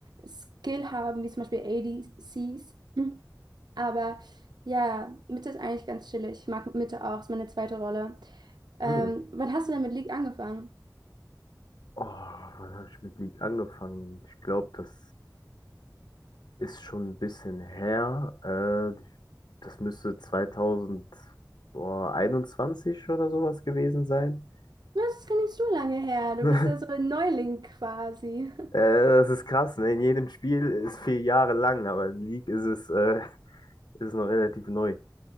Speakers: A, on the right (about 75°); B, on the left (about 80°).
A: Skill haben, wie zum Beispiel ADCs. Aber ja, Mitte ist eigentlich ganz chillig. Ich mag Mitte auch, ist meine zweite Rolle. Ähm,
B: Mhm.
A: wann hast du denn mit League angefangen?
B: Oh, wann habe ich mit League angefangen? Ich glaube, das ist schon ein bisschen her. Äh, das müsste 2021 oder sowas gewesen sein.
A: Das ist gar nicht so lange her. Du
B: <laughs>
A: bist ja so ein Neuling quasi. <laughs>
B: Äh, das ist krass, ne? In jedem Spiel ist vier Jahre lang, aber in League ist es, äh, <laughs> ist es noch relativ neu.